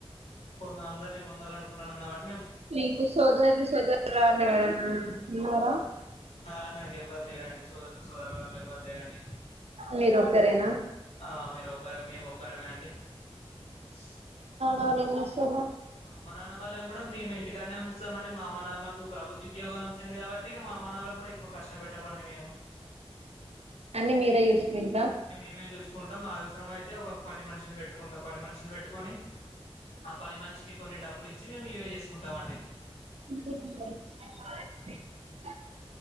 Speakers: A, on the left; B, on the right.
A: కొ అందరి ముందలడు కుట్టానంగాబట్
B: మీకు సోదరి సోదరాలెవరన్న ఉన్నార
A: ఆ నాకెవర్ లేరండి సోదరులు సోదరురాలు ఎవరు లేరండి.
B: మీరు ఒక్కరేనా
A: ఆ మీరు కరం మేమొక్కరమే అండి. డి
B: వాళ్ళేం చేస్తరు మరి
A: మా అమ్మ నాన్న వాళ్ళని కూడా మేము ఇంటికాన్నే ఉంస్తమండి, మా అమ్మ నాన్న మాకు ప్రభుత్వ ఉద్యోగం వచ్చింది కాబట్టి, మా అమ్మ నాన్నలను కూడా కష్ట పెట్టమండి మేము
B: అన్ని మీరే చూసుకుంట్రా
A: అన్ని మేమే చూస్కుంటం. మా అవసరమయితే ఒక పని మనిషిని పెట్టుకుంటాం, పని మనిషిని పెట్టుకొని ఆ పని మనిషికి కొన్ని డబ్బులు ఇచ్చి మేము ఇవే చేసుకుంటాం అండి.
B: ఉ <unintelligible>